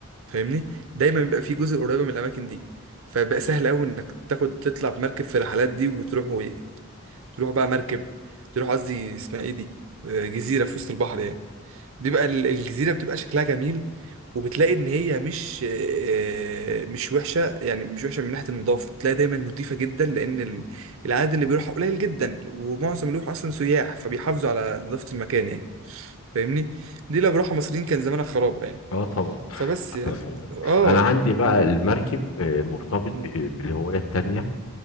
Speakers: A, on the right; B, on the left.
A: فاهمني دايما بيبقى في جزر قريبه من الاماكن دي فبقى سهل قوي انك تاخد تطلع بمركب في الرحلات دي وتروح و... تروح بقى مركب تروح قصدي اسمها ايه دي آه، جزيره في وسط البحر يعني دي بقى ال- الجزيرة بتبقى شكلها جميل وبتلاقي ان هي مش آه، مش وحشة يعني مش وحشة من ناحية النظافة تلاقي دايما نظيفة جدا لان ال- العدد اللي بيروحها قليل جدا ومعظم اللي بيروح اصلا سياح فبيحافظوا على نظافة المكان يعني فاهمني دي لو بروحها مصريين كان زمانها خراب يعني
B: اه طبعا
A: فبس يعني
B: <laughs>
A: اه
B: انا عندي بقى
A: و...
B: المركب آه، مرتبط به-
A: و-
B: بالهواية التانية